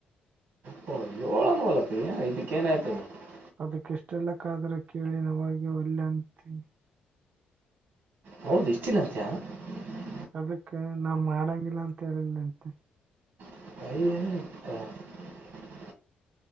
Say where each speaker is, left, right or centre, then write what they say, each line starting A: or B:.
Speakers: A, on the right; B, on the right.
A: ಹಾ ಆಯೋ, ಏನುಮಾಡೋಕಾರೂತಿ, ಇದುಕೆ, ಏನು, ಆಯ್ತು. <unintelligible>
B: ಅದಕ್ಕೆ, ಇಷ್ಟೆಲ್ಲ ಕಾದ್ರೆ, ಕೇಳಿ ನಾವಗೀ, ಒಲ್ಲೆ ಅಂತ. <inaudible>
A: ಹೌದು, ಇಷ್ಟಲ್ಲಂತಿಯ. <unintelligible>
B: ಅದಕ್ಕ, ನಾ, ಮಾಡಂಗಿಲ್ಲ! ಅಂತ ಹೇಳಿಲ್ಲಂತೆ. <inaudible>
A: ಸನ <inaudible>